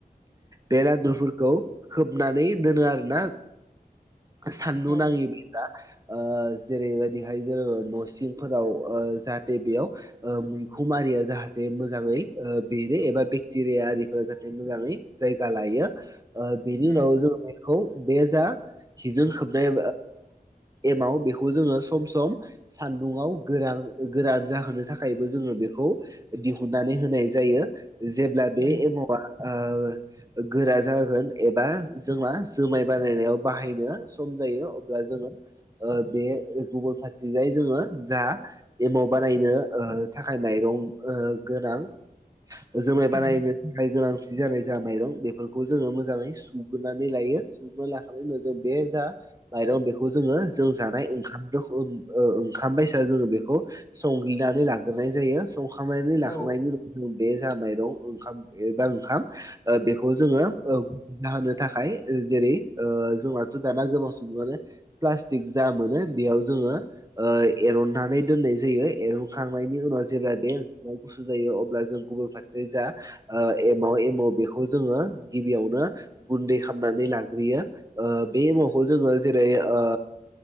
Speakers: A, on the right (about 20°); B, on the left (about 20°).
A: बे लादुफोरखौ खोबनानै दोनो आरोना सान्दुं
B: औ
A: नाङि जाबोगा <unintelligible> ना जेरैबायदिहाय जोङो न'सिं आव जाहाथे बेयाव मैखोम आरिया जाहाथे मोजाङै बेरो एबा बेक्टेरिया आरिफोरा जाहाथे मोजाङै जायगा लायो बेनि
B: उम
A: उनाव जोंङ बेखौ बे जा हिजों खोबनाय एमाव बेखौ जोङो सम सम सान दुङाव गोरान गोरान जाहोनो थाखायबो जोङो बेखौ दिहुननानै होनाय जायो जेब्ला बे
B: उम
A: एमावा ओ गोरा जागोन एबा जोंना जुमाय बानायनायाव बाहायनो सम जायो अब्ला जोङो ओ बे गुबुन फारसेथिंजाय जोङो जा एमाव बानायनो ओ थाखाय माइरं ओ गोनां जुमाय
B: उम
A: बानायनो थाखाय गोनांथि जानाय जा माइरं बेफोरखौ जोङो मोजाङै सुग्रोनानै लायो। सुग्रोना लाखांनाय उनाव जों बे जा माइरं बेखौ जोङो जों जानाय ओंखाम रखम ओ ओंखाम बायसा जोङो बेखौ संहो नानै लाग्रोनाय जायो संखांनानै लाखांनायनि
B: औ
A: उनाव बे जा माइरं ओंखाम एबा ओंखाम बेखौ जोङो दाहोनो थाखाय जेरै ओ जोंनाथ' दाना गोबां सुबुङानो प्लास्टिक जा मोनो बेयाव जोङो ओ एरननानै दोननाय जायो एरनखांनायनि उनाव जेब्ला बे ओंखामा गुसु जायो अब्ला जों गुबुन फारसे जा ओ एमाव एमाव बेखौ जोङो गिबियावनो गुन्दै खालामामनानै लाग्रोयो ओ बे एमावखौ जोङो जेरै ओ